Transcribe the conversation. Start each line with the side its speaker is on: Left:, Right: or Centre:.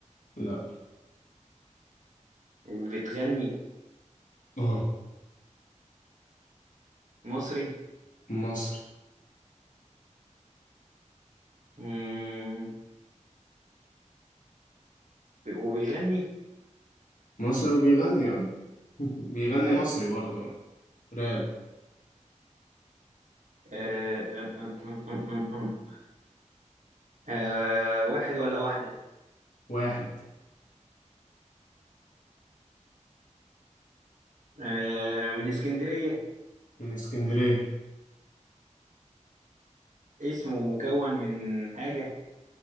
Left: لا
Right: بتغني
Left: اه
Right: مصري
Left: مصري
Right: مم. وبيغني
Left: مصري وبيغني اه <laughs> بيغني
Right: راب
Left: مصري برضه آه. راب
Right: آه آه آه آه آه آه آه آه. آه، واحد ولا واحدة
Left: واحد
Right: آه من اسكندرية
Left: من اسكندرية
Right: اسمه مكون من حاجة